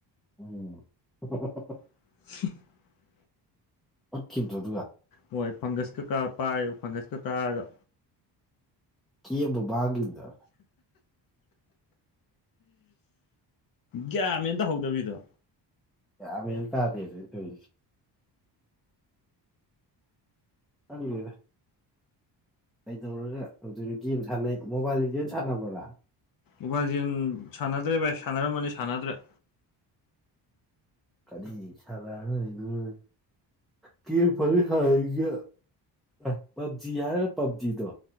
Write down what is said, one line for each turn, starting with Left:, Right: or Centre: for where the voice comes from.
Centre: <unintelligible>
Left: <unintelligible>
Centre: ꯑꯣꯠꯈꯤꯕꯗꯣ ꯑꯗꯨꯒ
Left: ꯍꯣꯏ ꯐꯪꯒꯁꯀꯥ ꯀꯥꯔ ꯄꯥꯏ ꯐꯪꯒꯁꯀ ꯀꯥꯔꯒ
Centre: ꯀꯦꯕꯨꯕꯥꯡꯒꯤ꯭ꯗ
Left: ꯒ꯭ꯌꯥꯟ ꯃꯦꯟ ꯇꯍꯧꯗꯕꯤꯗꯣ
Centre: ꯌꯥꯝꯕꯦꯟ ꯑꯝ ꯇꯗꯦꯅꯦ ꯑꯩ ꯇꯧꯏꯁꯤ ꯍꯪꯗꯦ ꯗꯥ ꯀꯩꯗꯧꯔꯒ ꯇꯧꯗꯣꯏꯅꯣ ꯒꯦꯝ ꯁꯥꯟꯅꯩ ꯃꯣꯕꯥꯏꯜ ꯂꯤꯖꯦꯟ ꯁꯥꯟꯅꯕ꯭ꯔꯥ
Left: ꯃꯣꯕꯥꯏꯖꯦꯟ ꯁꯥꯟꯅꯗ꯭ꯔꯦ ꯚꯥꯏ ꯁꯥꯟꯅꯔꯝꯃꯅꯤ ꯁꯥꯟꯅꯗ꯭ꯔꯦ
Centre: ꯀꯔꯤ ꯁꯥꯟꯅꯔꯒ ꯂꯩꯗꯨꯅꯣ ꯀꯦꯝ ꯐꯪꯉꯤ ꯁꯥꯅꯅꯤꯡꯖꯦ ꯑꯦ ꯄꯞꯖꯤ ꯍꯥꯏꯔꯒ ꯄꯞꯖꯤꯗꯣ